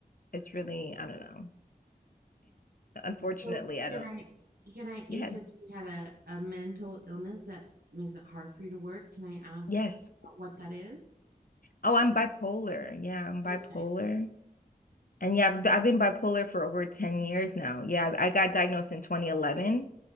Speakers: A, on the left (about 60°); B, on the right (about 75°).
A: it's really I don't know. Unfortunately,
B: So
A: I
B: can
A: don't.
B: I, can I,
A: Yeah.
B: you said you had a, a mental illness that makes it hard for you to work. Can I ask
A: Yes.
B: about what that is?
A: Oh, I'm bipolar. Yeah, I'm bipolar.
B: Okay.
A: And yeah, I've, I've been bipolar for over 10 years now. Yeah, I, I got diagnosed in 2011.